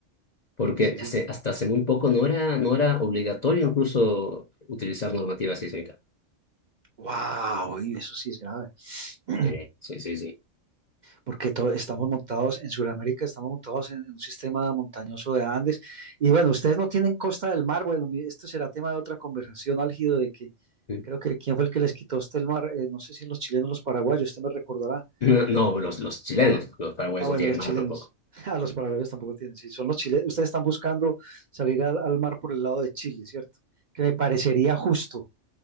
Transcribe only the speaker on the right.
Sí, sí.
Wow, y eso sí es grave, <clears throat> <coughs>
porque to- estamos montados en Sudamérica, estamos montados en, en un sistema montañoso de Andes. Y bueno, ustedes no tienen costa del mar. Bueno, esto será tema de otra conversación álgido de que
creo que quién fue el que les quitó a usted el mar. Eh, no sé si los chilenos o los paraguayos, usted me recordará.
Ah, bueno,
los
chilenos.
<laughs> Ah, los paraguayos tampoco tienen. Sí, son los chilenos. Ustedes están buscando salir al, al mar por el lado de Chile, ¿cierto? Que me parecería justo.